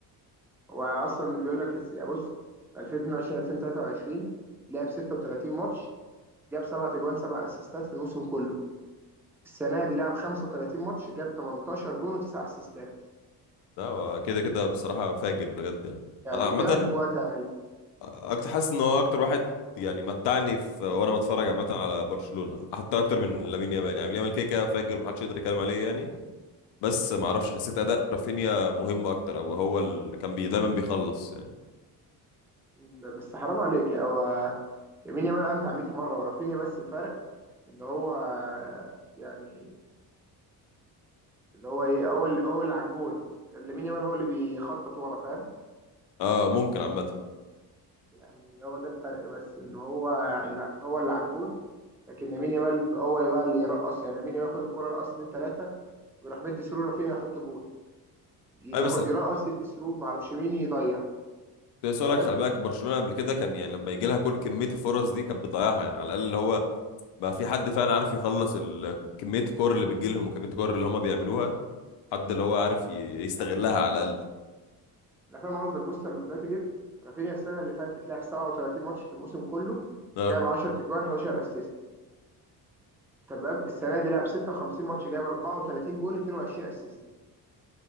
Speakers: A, in the centre; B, on the left.
A: هو اصلا بيقول لك الس- بص 2022 2023 لعب 36 ماتش جاب سبع تجوان سبع اسيستات في الموسم كله السنه دي لعب 35 ماتش جاب 18 جون وتسع اسيستات
B: لا هو كده كده بصراحه فاجر بجد يعني
A: يعني
B: آه، عامة
A: الضعف في وقت اقل
B: اكتر حاسس ان هو اكتر واحد يعني متعني في وانا بتفرج عامه على برشلونه حتى اكتر من لامين يامال يعني لامين يامال كده كده فاجر محدش يقدر يتكلم عليه يعني بس ما اعرفش حسيت اداء رافينيا مهم اكتر او هو اللي كان بي دايما بيخلص يعني
A: م، بس حرام عليك يا هو يمين يامال امتع 100 مره ورافينيا بس الفرق ان هو يعني اللي هو ايه هو اللي هو اللي على الجون لامين يامال هو اللي بيخطط ورا فاهم
B: اه ممكن عامه
A: يعني هو ده الفرق بس ان هو اللي هو اللي على الجون لكن لامين يامال هو اللي بقى اللي يرقص يعني لامين يامال ياخد الكرة يرقص اتنين تلاتة ويروح مدي سرور رافينيا يحط جون ياخد
B: اي بس ال-
A: يرقص يدي سرور معرفش مين يضيع
B: سؤالك
A: فاهم
B: خلي بالك برشلونه قبل كده كان يعني لما يجي لها كل كميه الفرص دي كانت بتضيعها يعني على الاقل اللي هو بقى في حد فعلا عارف يخلص ال- كميه الكور اللي بتجي لهم وكميه الكور اللي هم بيعملوها حد اللي هو عارف ي- يستغلها على الاقل
A: انا فاهم قصدك بص انا دلوقتي جبت رافينيا السنة اللي فاتت لعب 37 ماتش في الموسم كله
B: اه
A: جاب 10 تجوان 11 اسيست تمام السنة دي لعب 56 ماتش جاب 34 جون 22 اسيست